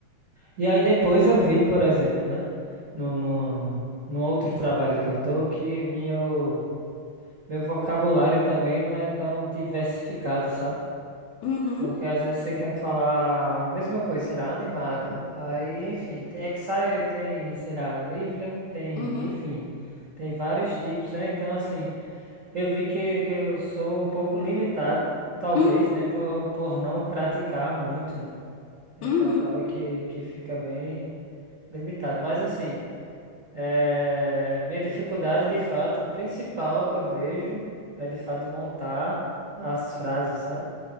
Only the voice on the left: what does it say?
Uhum,
uhum,
uhum,
uhum,